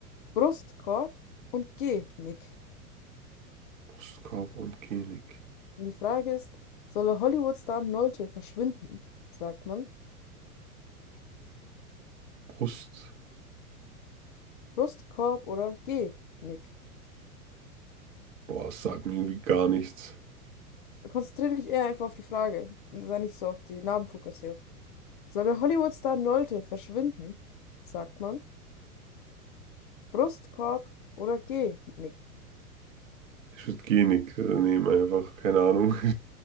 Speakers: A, on the left; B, on the right.
A: Brustkorb und Genick.
B: Brustkorb und Genik.
A: Und die Frage ist, soll der Hollywood-Star Nolte verschwinden? Sagt man.
B: Brust.
A: Brustkorb oder Genick?
B: Boah, das sagt mir irgendwie gar nichts.
A: Konzentriere dich eher einfach auf die Frage. Sei nicht so auf die Namen fokussiert. Soll der Hollywood-Star Nolte verschwinden? Sagt man. Brustkorb oder Genick?
B: Ich würde Genik äh, nehmen einfach. Keine Ahnung. <laughs>